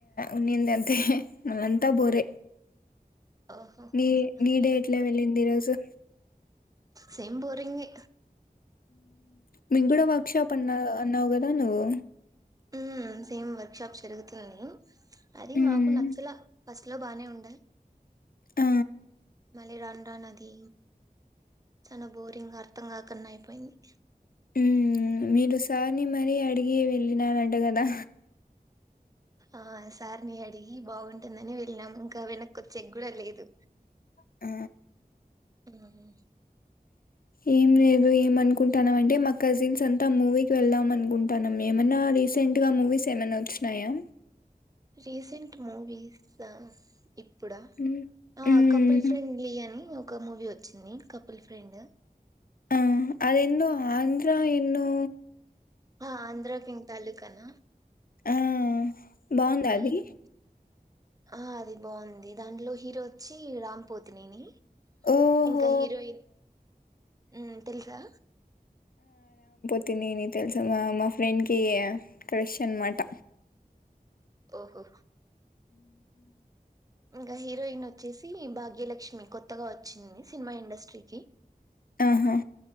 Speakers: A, on the left; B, on the right.
A: ఉనింది అంతే అంతా బోరే
B: ఓహో
A: నీ
B: నాకు
A: నీ డెట్ల
B: ఈరోజు బోరే
A: ఎవళ్ళింది ఈరోజు
B: సేమ్ బోరింగే
A: మీక్కుడా వర్క షాప్ అన్నా అన్నావు కదా నువ్వు.
B: హు మ్మ్ సేమ్ వర్క్ షాప్ జరుగుతుంది. అది
A: హ్మ్.
B: మాకు నచ్చలే ఫస్ట్ లో బానే ఉండే
A: ఆ
B: మళ్లీ రాను రాను అది. చానా బోరింగ్ అర్థం కాకన్నా అయిపోయింది.
A: హుమ్ మీరు సార్ని మరీ అడిగి వెళ్ళినారంట కదా
B: ఆ సార్ నీ అడిగి బాగుంటుందని వెళ్ళినాము ఇంకా వెనక్కి వచ్చేకి కూడా లేదు.
A: ఆ
B: ఉమ్
A: ఏం లేదు ఏమనుకుంటాన్నాము అంటే మా కజిన్స్ అంతా మూవీకి వెళ్దామని అనుకుంటాన్నాము ఏమన్నా రీసెంట్గా మూవీస్ ఏమన్నా వచ్చినాయా.
B: రీసెంట్ మూవీస్ ఆ ఇప్పుడా
A: హ్మ్.
B: ఆ
A: హ్మ్.
B: కపుల్ ఫ్రెండ్లీ అనీ ఒక్క మూవీ వచ్చింది కపుల్ ఫ్రెండ్
A: ఆ అదేందో ఆంధ్ర ఏన్నో
B: ఆ ఆంధ్రకింగ్ తాలుకన
A: ఆ బాగుందా అది
B: మ్మ్ ఆ అది బాగుంది దాంట్లో హీరో వచ్చి రామ్ పోతినేని
A: ఓహో
B: ఇంకా హీరోయిన్ ఉమ్ తెలుసా
A: పోతినేని తెలుసా మా మా ఫ్రెండ్కి క్రష్ అన్నమాట
B: ఓహో ఇంకా హీరోయిన్ వచ్చేసి భాగ్యలక్ష్మి కొత్తగా వచ్చింది సినిమా ఇండస్ట్రీకి
A: ఆహా